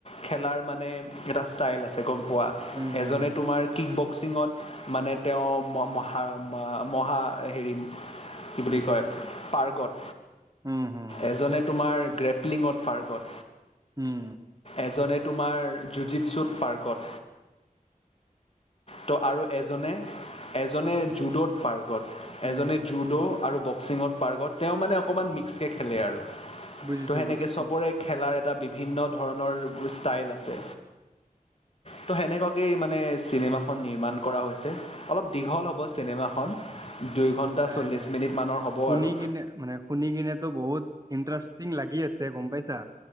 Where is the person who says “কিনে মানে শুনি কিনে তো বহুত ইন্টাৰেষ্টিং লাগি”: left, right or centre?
Right